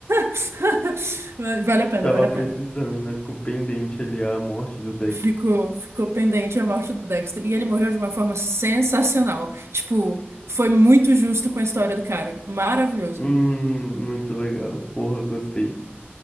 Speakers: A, on the right; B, on the left.
A: <laughs> Vale a pena,
B: Tava
A: vale
B: precisando,
A: a pena.
B: né? Ficou pendente ali a morte do Dexter.
A: Ficou, ficou pendente a morte do Dexter. E ele morreu de uma forma sensacional. Tipo, foi muito justo com a história do cara. Maravilhoso.
B: Hum, muito legal. Porra, gostei.